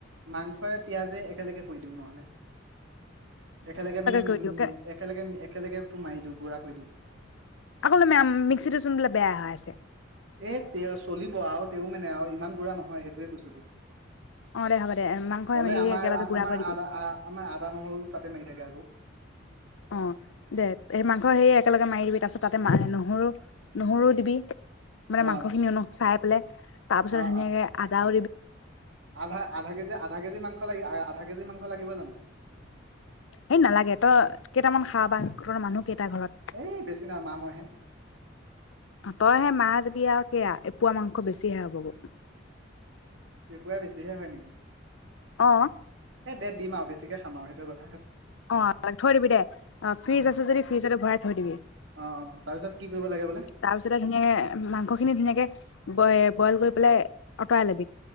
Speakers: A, on the right; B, on the left.
A: মাংসৰে পিয়াজে একেলগে কৈ দিওঁ নহ'লে একেলগে মানে
B: কৰি
A: উ
B: দিওঁ
A: একেলগে একেলগে তোৰ মাৰি দিও। গু়ৰা কৰি দিওঁ
B: আকৌ যে মেম মিক্সিটো চোন বোলে বেয়া হৈ আছে
A: এ তে চলিব আৰু তেও মানে আৰু ইমান গু়ৰা নহয় সেইটোৱে কৈছো তোক
B: অ দে হ'ব দে মাংস
A: চলে
B: হেৰি
A: আমাৰ
B: একেলগে
A: আমাৰ
B: গুড়া কৰি দিবি
A: আদা আ আমাৰ আদা নহৰু তাতে ম এ বু
B: অ দে সেই মাংস সেই একেলগে মাৰি দিবি তাৰপিছত তাতে ম নহৰু নহৰু দিবি মানে
A: অ
B: মাংসখিনিও ন চাই পেলাই তাৰ পিছত
A: অ
B: ধুনীয়াকে আদাল
A: আধা আধা কেজি আধা কেজি মাংস লাগি আহ আধা কেি কেজি মাংস লাগিব জানো
B: হেই নালাগে ত কেইটামান খা বা ঘৰৰ মানুহ কেই টা ঘৰত
A: এই বেছি নাই মা মইহে
B: তই সেই মা যদি আৰু সেয়া এপোৱা মাংস বেছিহে হ'বগৈ
A: এপুৰা বেছিহে হয় নেকি
B: অ
A: এ দে দিম আৰু বেছিকৈ খাম আৰু সেইটোৱে কথ
B: অ থৈ দিবি দে অ ফ্ৰিজ
A: উম
B: আছে যদি ফ্ৰিজতে ভৰাই থৈ দিবি
A: অ অ তাৰপিছত কি কৰিব লাগে বোলে
B: তাৰপিছতে ধুনীয়াকে মাংসখিনি ধুনীয়াকে ব‌ই বইল কৰি পেলাই আঁতৰাই ল'বি